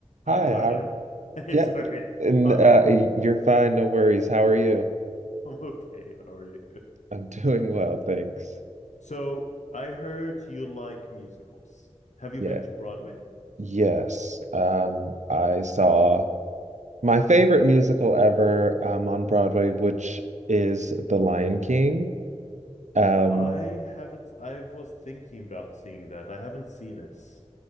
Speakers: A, on the right; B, on the left.
A: Hi,
B: Hi, Tyler.
A: Howard.
B: <laughs> Hey,
A: Yeah,
B: sorry.
A: and
B: Hi,
A: uh, you're fine, no worries. How are you?
B: I'm okay. How are you?
A: <laughs> I'm doing well, thanks.
B: So, I heard you like musicals. Have you
A: Yeah,
B: been to Broadway?
A: yes. Um, I saw my favorite musical ever um on Broadway, which is The Lion King. Um,
B: I haven't. I was thinking about seeing that. I haven't seen it.